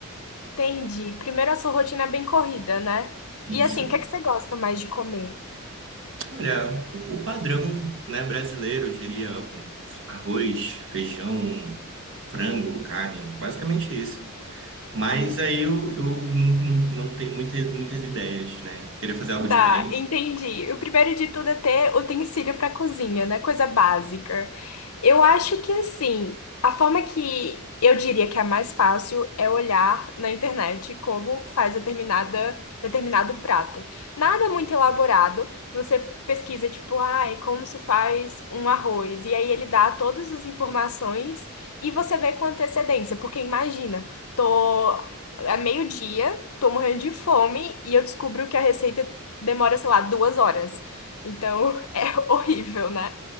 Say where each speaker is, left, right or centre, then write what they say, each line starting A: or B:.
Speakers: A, on the left (about 80°); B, on the right (about 60°).
A: entendi. Primeiro, a sua rotina é bem corrida, né?
B: Isso.
A: E assim, o que é que você gosta mais de comer?
B: Olha, o, o padrão, né, brasileiro, eu diria, um arroz, feijão, frango, carne, basicamente isso. Mas aí eu, eu não, não, não tenho muitas, muitas ideias, né? Queria fazer algo
A: Tá,
B: diferente.
A: entendi. O primeiro de tudo é ter utensílio para cozinha, né? Coisa básica. Eu acho que assim, a forma que eu diria que é a mais fácil é olhar na internet como faz determinada, determinado prato. Nada muito elaborado. Você pesquisa, tipo, ai, como se faz um arroz. E aí ele dá todas as informações e você vê com antecedência. Porque imagina, tô. É meio-dia, tô morrendo de fome e eu descubro que a receita demora, sei lá, duas horas. Então <laughs> é horrível, né?